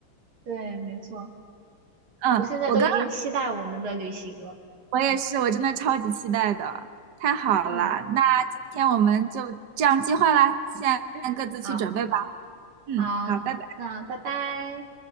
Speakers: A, on the right (about 75°); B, on the right (about 55°).
A: 对，没错，
B: 嗯，
A: 我现在都已经期待我们的旅行了，
B: 我刚我也是，我真的超级期待的，太好了。
A: 嗯
B: 那今天我们就这样计划啦，现在各自去准备吧。
A: 嗯，好
B: 嗯，
A: 好，
B: 好，拜拜。
A: 那拜拜。